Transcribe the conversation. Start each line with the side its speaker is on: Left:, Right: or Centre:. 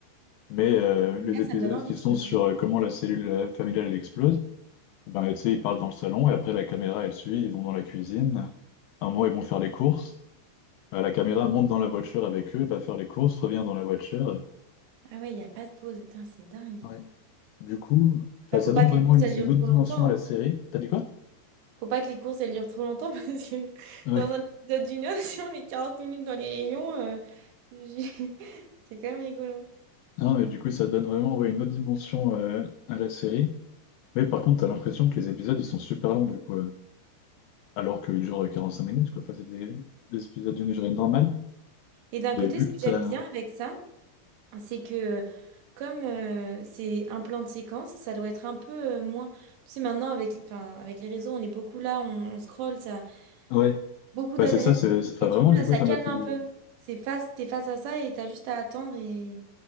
Left: Mais euh,
Right: Mais
Left: les
Right: Là,
Left: épisodes
Right: ça me donne envie
Left: qui sont
Right: tout d'un
Left: sur
Right: coup.
Left: euh, comment la cellule euh, familiale elle explose, ben tu sais, ils parlent dans le salon et après la caméra elle suit, ils vont dans la cuisine. À un moment ils vont faire les courses. Euh, la caméra monte dans la voiture avec eux, va faire les courses, revient dans la voiture.
Right: Ah ouais, il n'y a pas de pause. Attends, c'est dingue.
Left: Ouais. Du coup, enfin
Right: Bah,
Left: ça
Right: faut pas
Left: donne
Right: que
Left: vraiment
Right: les courses,
Left: une,
Right: elles durent
Left: une
Right: trop
Left: autre dimension
Right: longtemps.
Left: à
Right: hein.
Left: la série. T'as dit quoi?
Right: Faut pas que les courses, elles durent trop longtemps <laughs> parce que
Left: Euh,
Right: dans un épisode d'une heure, <laughs> si on est 40 minutes dans les rayons, euh, j'ai- <laughs> c'est quand même rigolo.
Left: Non, mais du coup, ça donne vraiment ouais, une autre dimension euh, à la série. Mais par contre, t'as l'impression que les épisodes, ils sont super longs, du coup. euh, alors qu'ils durent 45 minutes, quoi. Enfin, c'est des, des épisodes d'une durée normale.
Right: Et d'un
Left: Mais
Right: côté,
Left: vu
Right: ce que
Left: que t'as...
Right: j'aime bien avec ça, C'est que comme euh, c'est un plan de séquence, ça doit être un peu euh, moins. Tu sais, maintenant avec, enfin, avec les réseaux, on est beaucoup là, on, on scrolle, ça,
Left: Ouais.
Right: beaucoup
Left: Bah,
Right: d'adresses.
Left: c'est ça, c'est... c'est- Enfin,
Right: Et du
Left: vraiment,
Right: coup, là,
Left: du
Right: ça
Left: coup, ça
Right: calme
Left: m'a fait
Right: un
Left: bizarre.
Right: peu. C'est face, t'es face à ça et t'as juste à attendre et